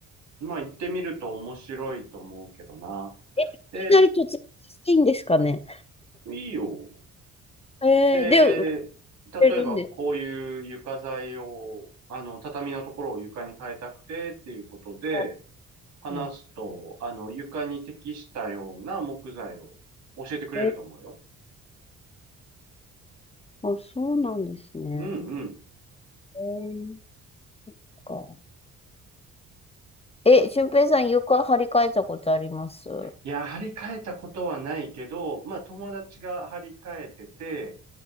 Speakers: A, on the right; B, on the left.
A: うん。まあ行ってみると面白いと思うけどな。
B: え、いきなり突然していいんですかね
A: で、いいよ。
B: ええで、
A: で、
B: 売っ
A: 例えばこういう床材を、
B: てるんです
A: あの、畳のところを床に変えたくてっていうことで、
B: か、
A: 話すと、
B: うん、
A: あの、床に適したような木材を教えてくれると思うよ。
B: ええあ、そうなんですね。
A: うんうん。
B: ええそっか。え、俊平さん床張り替えたことあります
A: いや、張り替えたことはないけど、まあ友達が張り替えてて、